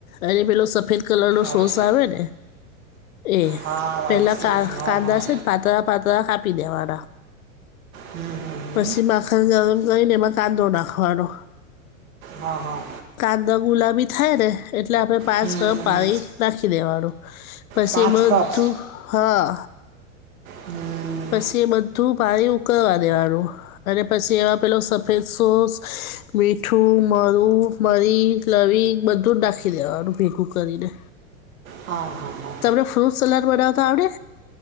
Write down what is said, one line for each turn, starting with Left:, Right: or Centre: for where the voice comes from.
Left: અને પેલો સફેદ કલરનો
Right: અચ્છ
Left: સોસ આવે ને. એ
Right: હા વાઈટ
Left: પેલા
Right: છે હા
Left: કાંદા
Right: હા
Left: છે ને, પાતળા પાતળા કાપી દેવાના.
Right: હમ, હમ,
Left: પછી
Right: હમ.
Left: માખણ ગરમ કરીને એમાં કાંદો નાખવાનો.
Right: હા, હા.
Left: કાંદા ગુલાબી થાય ને, એટલે આપણેે પાંચ-છ
Right: હમ
Left: પેરિસ નાખી દેવાનું. પછી
Right: પાંચ
Left: બધું,
Right: કપ
Left: હા.
Right: હમ
Left: પછી એ બધું પાણી ઉકળવા દેવાનુ. અને પછી એવા પેલો સફેદ સોસ, મીઠું, મરી મરી લવિંગ બધું જ નાખી દેવાનું ભેગું કરીને.
Right: હા, હા, હા.
Left: તમને ફ્રૂટ સલાડ બનાવતા આવડે.